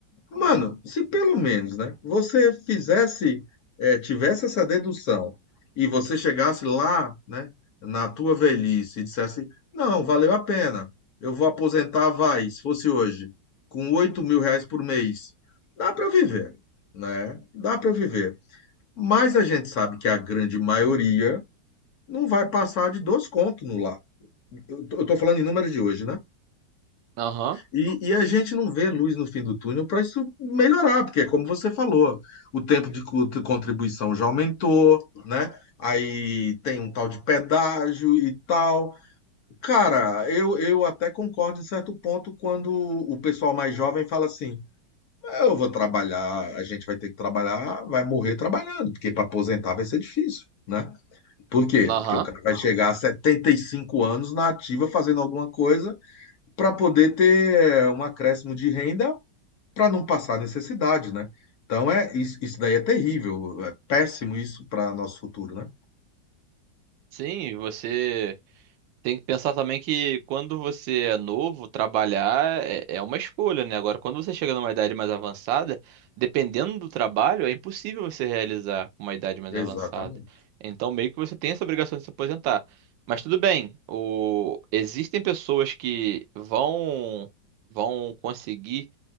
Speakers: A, on the left; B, on the right.
A: Mano, se pelo menos, né, você fizesse, eh, tivesse essa dedução e você chegasse lá, né, na tua velhice e dissesse, não, valeu a pena, eu vou aposentar, vai, se fosse hoje, com oito mil reais por mês, dá para viver, né? Dá para viver. Mas a gente sabe que a grande maioria não vai passar de dois contos no lá. Eu eu tô falando em números de hoje, né?
B: aham,
A: E, e a gente não vê luz no fim do túnel para isso melhorar, porque é como você falou, o tempo de co- de contribuição já aumentou, né? Aí tem um tal de pedágio e tal. Cara, eu, eu até concordo em certo ponto quando o pessoal mais jovem fala assim: eu vou trabalhar, a gente vai ter que trabalhar, vai morrer trabalhando, porque para aposentar vai ser difícil, né? Por quê?
B: aham.
A: Porque o cara vai chegar a 75 anos na ativa fazendo alguma coisa para poder ter é, um acréscimo de renda para não passar necessidade, né? Então é isso, isso daí é terrível, é péssimo isso para nosso futuro, né?
B: Sim, você. Tem que pensar também que quando você é novo, trabalhar é, é uma escolha, né? Agora, quando você chega numa idade mais avançada, dependendo do trabalho, é impossível você realizar com uma idade mais
A: Exatamente.
B: avançada. Então, meio que você tem essa obrigação de se aposentar. Mas tudo bem, o... existem pessoas que vão, vão conseguir